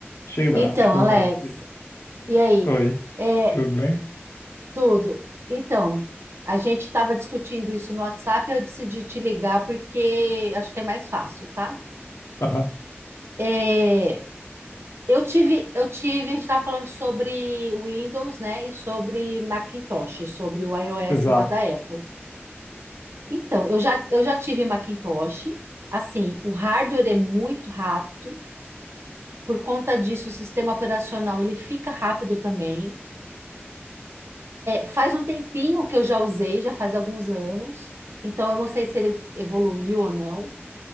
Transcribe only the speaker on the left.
Sheila,
boa
noite.
Oi,
tudo bem?
Aham,
exato.